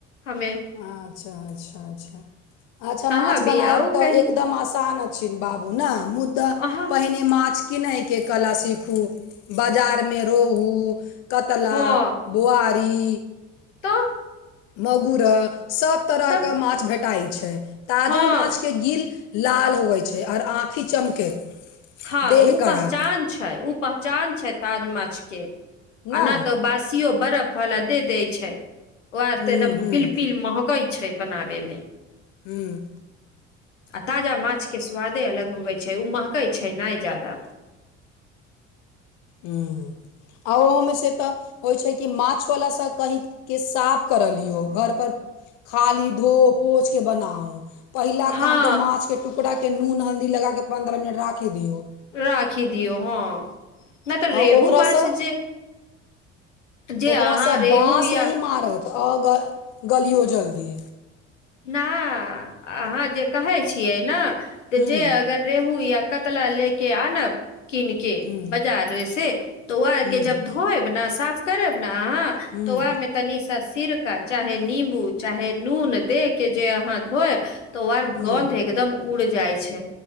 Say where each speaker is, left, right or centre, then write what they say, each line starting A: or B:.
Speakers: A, on the left; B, on the left.
A: हमे
B: अच्छा अच्छ अच्छ अच्छा
A: अहाँ
B: माछ बनायब
A: भी आउ
B: तऽ
A: कही
B: एकदम आसान <unintelligible> बाबू न मुद्दा
A: अहाँ
B: पहिने माछके किनए कऽ कला सीखू बजार में रोहू कतला
A: हँ
B: बुआरी
A: तऽ
B: मगुरह सभ तरहके
A: तऽ
B: माछ भेटाइत छै ताजा
A: हँ
B: माछके गिल लाल होै छै और आँखि चमके
A: हँ
B: देह
A: ऊ
B: कड़ा
A: पहचान छै, ऊ पहचान छै ताज माछके अ
B: ना
A: न तऽ बासियो बरफ वला दे दै छै ओ आर
B: हम्म
A: ते एकदम
B: हम्म
A: पिल पिल महकई छै बनाबे मे
B: हूँ
A: आ ताजा माछके स्वादे अलग होबै छै, उ महकै छै नहि जादा <inaudible>
B: हूं आ ओहोमे से तऽ होइ छै कि माछवला सभ कही के साफ करय लियौ घर पर खाली धो पोछके बनाउ। पहिला
A: हँ
B: काम तऽ माछके टु करा नून, हल्दी लगाके पंन्द्रह मिनट राखि दियौ
A: राखि दियौ हँ, नहि तऽ
B: आ
A: रेहू
B: ओकरासँ
A: माछ जे जे
B: ओकरास
A: अहाँ रेहू
B: बास
A: या
B: नहि मारत अ ग गलियौ जल्दी
A: न अहाँ जे कहै छियै ने तऽ
B: हुँ
A: जे अगर रेहू या कतला लेके आनब किन के
B: हुँ
A: बजारे से तऽ वेहे
B: हुँ
A: के जब धोएब ने, साफ करब न अहाँ
B: हुँ
A: तो वामे तनी सा सिरका चाहे नींबू चाहे नून दे के जे अहाँ धोएब तऽ वार
B: हुँ
A: गन्ध एकदम उड़ जाइ छै